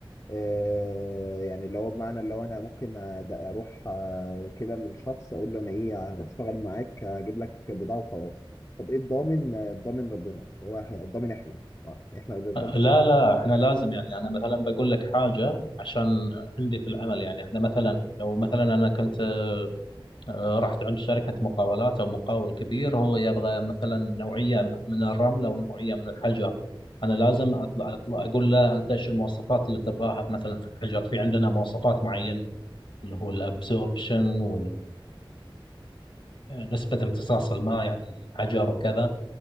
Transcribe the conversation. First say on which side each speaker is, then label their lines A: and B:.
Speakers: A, on the left; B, on the left.
A: آه يعني اللي هو بمعنى اللي هو انا ممكن أد- اروح آه، كده للشخص اقول له انا ايه هشتغل معاك هجيب لك بضاعه وخلاص طب ايه الضامن آه، الضامن ربنا هو إحنا- الضامن احنا آه، احنا اللي بنضمن
B: لا
A: رب-
B: لا احنا لازم يعني انا مثلا بقول لك حاجه عشان عندي في العمل يعني احنا مثلا لو مثلا انا كنت آه، رحت عند شركة مقاولات أو مقاول كبير هو يبغى مثلا نوعية من الرمل أو نوعية من الحجر أنا لازم أطلع, أطلع أقول له أنت إيش المواصفات اللي تبغاها مثلا في الحجر في عندنا مواصفات معينة اللي هو الأبسوربشن وال نسبة امتصاص الماء يعني الحجر وكذا